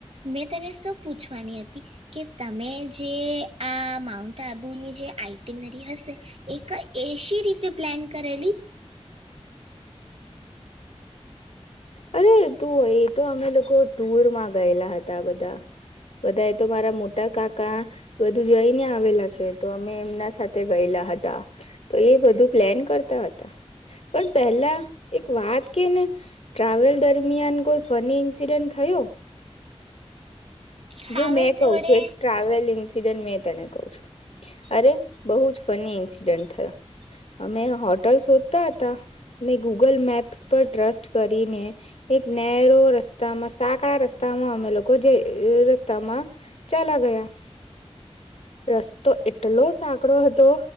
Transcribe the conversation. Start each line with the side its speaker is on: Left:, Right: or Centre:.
Right: મેં તને શું પૂછવાની હતી કે તમે જે આ માઉન્ટ આબુની જે આઈટનરી હશે એ કઈ એસી રીતે પ્લેન કરેલી?
Left: અરે તું એ તો અમે લોકો ટુર માં ગયેલા હતા બધા બધા એ તો મારા મોટા કાકા બધું જઈને આવેલા છે તો અમે એમના સાથે ગયેલા હતા તો એ બધું પ્લેન કરતા હતા પણ પેલા એક વાત કે ને. ટ્રાવેલ દરમિયાન કોઈ ફની ઇન્સિડન્ટ થયો?
Right: ટ્રાવેલ
Left: જો મેં કહ
Right: જોડે
Left: છું એક ટ્રાવેલ કસીડન્ટ મેં તને કઉ છું અરે બઉ જ ફની એક્સીડન્ટ થયો અમે હોટલ શોધતા હતા ગૂગલ ને મેપ્સ પર ટ્રેસ્ટ કરીને એક નેરો રસ્તામાં સાકડા રસ્તામાં અમે લોકો જઈ રસ રસ્તામાં ચલા ગયા રસ્તો એટલો સાકડો હતો